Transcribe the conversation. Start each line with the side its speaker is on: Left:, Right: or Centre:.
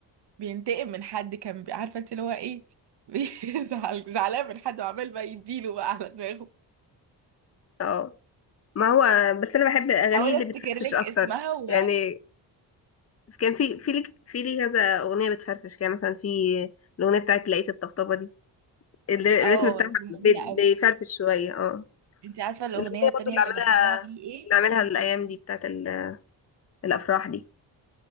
Right: بينتقم من حد كان بي- عارفه انت اللي هو ايه <laughs> بيزعل زعلان من حد وعمال بقى يديله بقى على دماغه
Left: اه ما هو بس أنا بحب الأغاني
Right: حاول
Left: اللي
Right: افتكر
Left: بتفرفش
Right: لك
Left: أكتر
Right: اسمها و
Left: يعني كان في في لي في لي كذا أغنية بتفرفش كده مثلا في الأغنية بتاعت لقيت الطبطبة دي اللي-
Right: اه
Left: الريتم بتاعها
Right: دي جميله
Left: بي-
Right: قوي
Left: بيفرفش شوية اه
Right: انت عارفه الاغنيه
Left: والأغنية
Right: التانية
Left: برضو اللي
Right: اللي
Left: عاملها
Right: بحبها ليه ايه
Left: اللي عاملها الأيام دي بتاعت ال- الأفراح دي